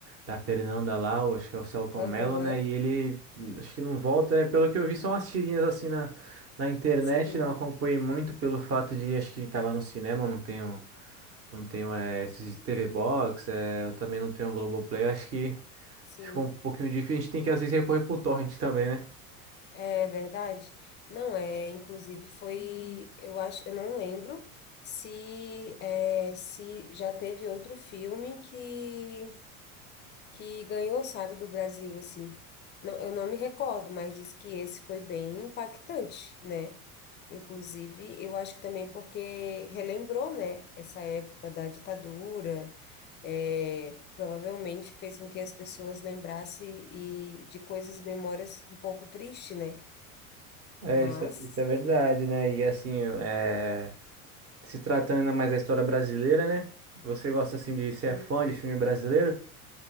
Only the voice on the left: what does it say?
Aham.
Sim.
Sim.
É verdade? Não, é, inclusive foi, eu acho, eu não lembro se é, se já teve outro filme que que ganhou, sabe, do Brasil assim. Não, eu não me recordo, mas diz que esse foi bem impactante, né? Inclusive, eu acho que também porque relembrou, né, essa época da ditadura, é, provavelmente fez com que as pessoas lembrassem e de coisas, memórias um pouco tristes, né?
Mas,
hum,